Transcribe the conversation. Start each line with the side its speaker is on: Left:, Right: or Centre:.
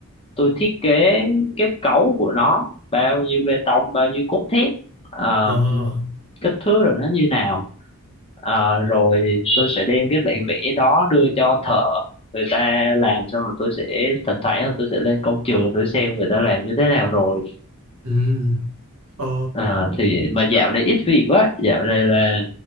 Left: tôi thiết kế kết cấu của nó bao nhiêu bê tông bao nhiêu cốt thép ờ,
Right: ờ
Left: kích thước rồi nó như nào Ờ, rồi tôi sẽ đem cái bản vẽ đó đưa cho thợ người ta làm xong rồi tôi sẽ thỉnh thoảng là tôi sẽ lên công trường tôi xem người ta làm như thế nào rồi
Right: ừ ờ
Left: Ờ, thì mà dạo này ít việc quá dạo này là